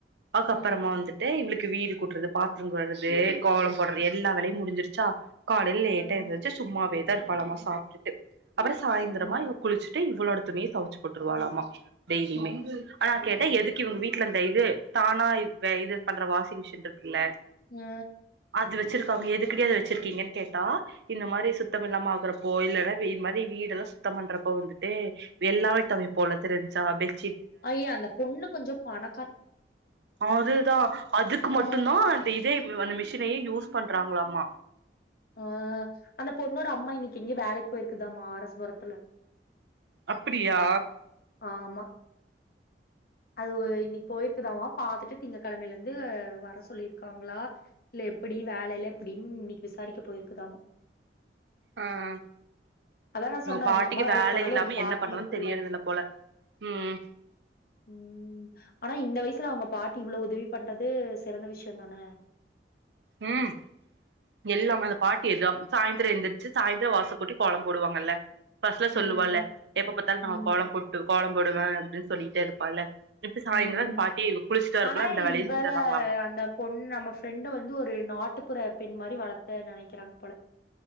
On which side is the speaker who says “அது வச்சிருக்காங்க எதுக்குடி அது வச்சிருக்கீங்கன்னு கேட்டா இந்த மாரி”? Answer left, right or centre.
Right